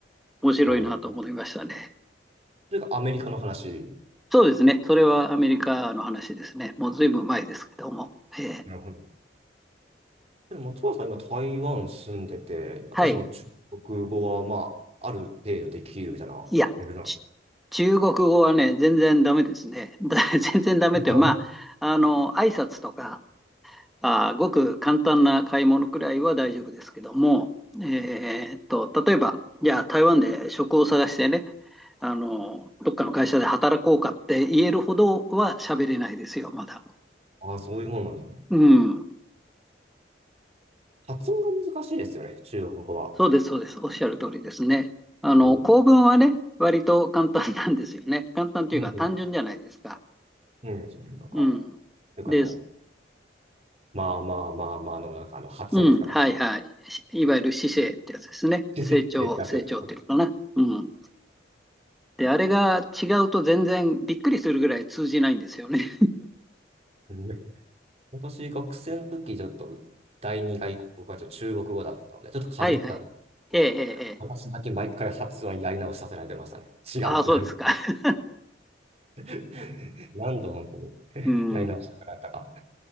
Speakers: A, in the centre; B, on the right (about 35°).
A: 面白いなと思いましたね。
B: おそれがアメリカの話。
A: そうですね。それはアメリカの話ですね。もうずいぶん前ですけども。えー
B: なるほど。でも松原さん今台湾住んでて、やっぱその中国語はまあ、
A: はい。
B: ある程度できるみたいなレベルなの。
A: いや、ち中国語はね、全然ダメですね。だ <laughs> 全然ダメっていうのは、
B: <laughs>
A: まあ、あの、挨拶とか、あー、ごく簡単な買い物くらいは大丈夫ですけども、えーっと、例えば、じゃあ台湾で職を探してね、あの、どっかの会社で働こうかって言えるほどは喋れないですよ、まだ。
B: ああ、そういうもんなんだね。
A: うん。
B: 発音が難しいですよね、中国語は。
A: そうです、そうです。おっしゃる通りですね。あの、
B: こ
A: 構文はね、割と簡単なんですよね。簡単というか単純じゃないですか。
B: ううん、そのなんか、
A: うん。
B: なんかあの、
A: です。
B: まあまあまあまあの、なんかあの、発音の仕方が。
A: うん、はいはい。しいわゆる姿勢ってやつですね。
B: <laughs> 出す
A: 成長、成長っていうのかな。うん。で、あれが違うと全然びっくりするぐらい通じないんですよね。
B: うん私、学生の時、ちょっと、第二外国語がちょっと中国語だったので、
A: <laughs>
B: ちょっとかじったんですけど私だけ毎回発音やり直しさせられてましたね。
A: はいはい。ええ、ええ、ええ。
B: 違うって言われて。
A: ああ、そうですか。<laughs>
B: <laughs> 何度本当に
A: うん、
B: やり直したかったか。